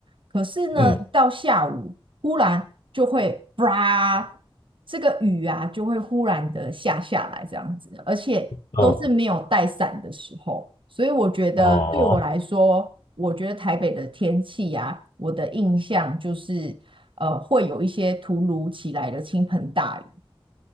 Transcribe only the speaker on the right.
可是呢，
一到下午忽然就会吧，这个雨啊就会忽然的下下来这样子，而且都是没有带伞的时候，
所以我觉得对我来说，
我觉得台北的天气啊，我的印象就是呃会有一些突如其来的倾盆大雨。